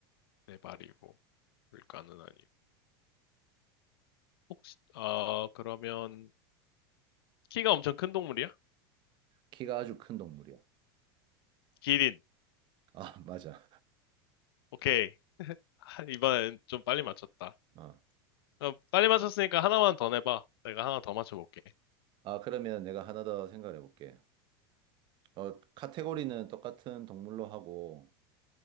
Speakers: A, on the left (about 85°); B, on the right (about 40°).
A: 네 발이고 물가는 아니고. 혹시 어 그러면 키가 엄청 큰 동물이야?
B: 키가 아주 큰 동물이야.
A: 기린.
B: 아, <laughs> 맞아.
A: 오케이. 아, 이번엔 좀 빨리 맞췄다.
B: 어.
A: 어, 빨리 맞췄으니까 하나만 더 내봐. 내가 하나 더 맞춰볼게.
B: 아, 그러면 내가 하나 더 생각해 볼게. 어, 카테고리는 똑같은 동물로 하고,